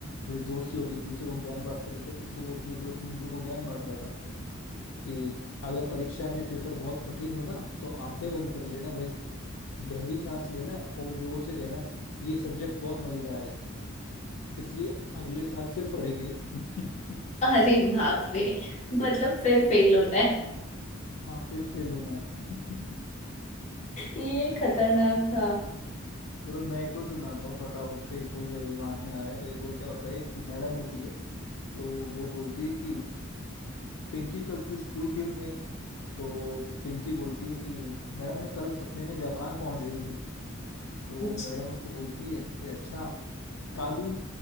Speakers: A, on the left; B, on the left.
A: ये दोस्त लोग एक दूसरे को ज्ञान बांटते रहते हैं तो सो वो अपने दोस्त मिंटू को ज्ञान बांट रहा था कि अगर परीक्षा में पेपर बहुत कठिन हो ना तो आंखें बंद कर लेना भाई गहरी सांस लेना और जोर से कहना ये सब्जेक्ट बहुत मजेदार है इसलिए अगले साल फिर पढ़ेंगे <laughs>
B: अरे बाप रे मतलब फिर फेल होना है
A: हाँ फिर फेल होना है <laughs>
B: ये खतरनाक था
A: चलो मैं एक और सुनाता हूँ फटाफट से एक और मेरे दिमाग में आ रहा है तो एक बार क्या होता है एक मैडम होती है तो वो बोलती है कि पिंकी कल तू स्कूल क्यों नहीं आई तो पिंकी बोलती है कि मैडम मैं कल सपने में जापान पहुंच गई थी तो
B: अच्छा
A: मैडम उसको बोलती है कि अच्छा कालू